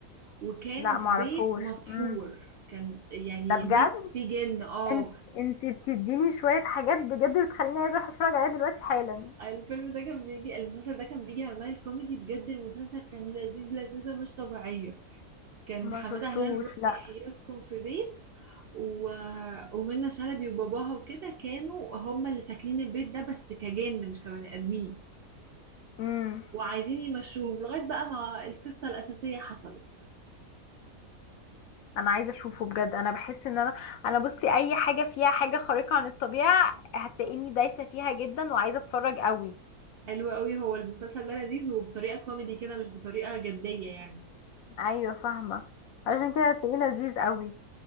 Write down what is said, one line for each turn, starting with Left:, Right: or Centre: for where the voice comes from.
Right: وكانوا
Left: لا معرفوش
Right: في بيت مسحور
Left: امم
Right: كان يعني
Left: ده بجد
Right: بيت فيه جن اه
Left: انت انت بتديني شويه حاجات بجد بتخليني عايزه اروح اتفرج عليها دلوقتي حالا
Right: الفيلم ده كان بيجي المسلسل ده كان بيجي على مايل كوميدي بجد المسلسل كان لذيذ لذيذة مش طبيعية كان
Left: ما
Right: حمادة
Left: شفتوش
Right: هلال رضي
Left: لا
Right: يحيى يسكن في بيت و... ومنى شلبي وباباها وكده كانوا هم اللي ساكنين البيت ده بس كجن مش كبني آدمين
Left: امم
Right: وعايزين يمشوهم لغاية بقى ما القصة الأساسية حصلت
Left: انا عايزه اشوفه بجد انا بحس ان انا انا بصي اي حاجه فيها حاجه خارقه عن الطبيعه هتلاقيني دايسه فيها جدا وعايزه اتفرج قوي
Right: حلو قوي هو المسلسل ده لذيذ وبطريقة كوميدي كده مش بطريقة جدية يعني
Left: ايوه فاهمه عشان كده هتلاقيه لذيذ قوي